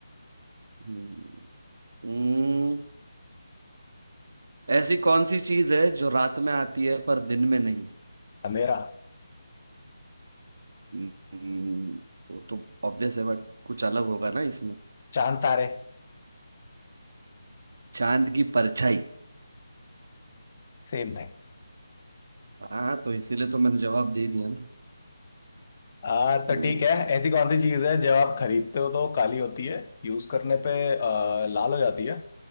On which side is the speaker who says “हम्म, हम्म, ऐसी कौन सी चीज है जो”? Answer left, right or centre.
Right